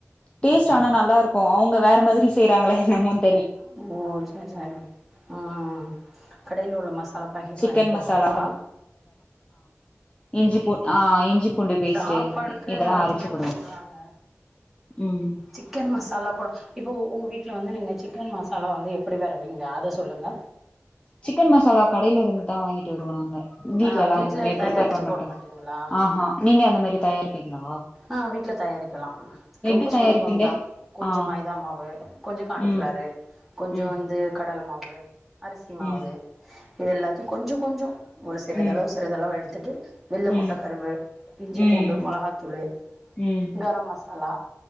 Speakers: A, on the left (about 20°); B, in the centre.
A: டேஸ்ட் ஆனா நல்லா இருக்கு அவுங்க வேற மாதிரி செய்றாங்களே நம வந்
B: ஓ சரி சரி உஹ்ம் கடைல உள்ள மசாலா பாக்கட்டு
A: சிக்கன்
B: வாங்கி போடுவாங்களா
A: மசாலா இஞ்சிப்பூ ஆஹ் இஞ்சி பூண்டு பேஸ்ட்டு
B: சாப்பாடுக்கு
A: இதெல்லா
B: அதிகம்
A: அரைச்சு போடுவோ
B: போடுறாங்க
A: ம்
B: சிக்கன் மசாலா போடு இப்போ உங்க வீட்டுல வந்து நீங்க சிக்கன் மசாலா வந்து எப்டி வரவீங்க அத சொல்லுங்க
A: சிக்கன் மசாலா கடையில இருந்து தா வாங்கிட்டு வருவோ நாங்க வீட்ல
B: ஆ
A: எல்லா எதுமே
B: தயாரிச்சு
A: பிரிப்பேர் பண்ண மாட்டோ
B: போட மாட்டீங்களா
A: ஆஹஹா நீங்க அந்த மாரி தயாரி என்கா
B: ஆஹ் வீட்டுல தயாரிக்கலா
A: எப்டி
B: ரொம்ப
A: தயாரிப்பீங்க
B: சுலபம் தா கொஞ்சொ
A: ஆ
B: மைதா மாவு கொஞ்சொ கான்ப்ஃளாரு
A: ம்
B: கொஞ்சொ
A: ம்
B: வந்து கடல மா வு அரிசி மாவு
A: ம்
B: இது எல்லாத்தையு கொஞ்சொ கொஞ்சொ ஒரு சிறிதளவு
A: ம்
B: சிறிதளவு எடுத் துட்டு வெள்ள
A: ம்
B: முட்ட கருவு இஞ்சிப்பூண்டு
A: ம்
B: மொளகாத்தூளு
A: ம்
B: கரம் மசாலா